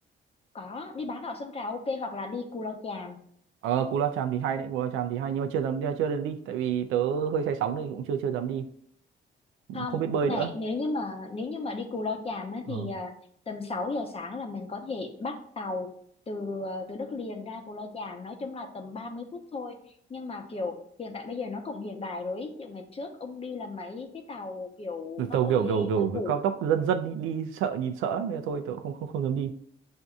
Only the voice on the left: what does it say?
có đi bán đảo Sơn Trà ok hoặc là đi Cù Lao Chàm
không
cái này
nếu như mà nếu như mà đi Cù Lao Chàm á
thì à, tầm 6 giờ sáng là mình có thể bắt tàu từ à, từ đất liền ra Cù Lao Chàm nói chung là tầm 30 phút thôi nhưng mà kiểu hiện tại bây giờ nó cũng hiện đại rồi ý. kiểu ngày trước ông đi là mấy cái tàu kiểu
nó
hơi
hơi cũ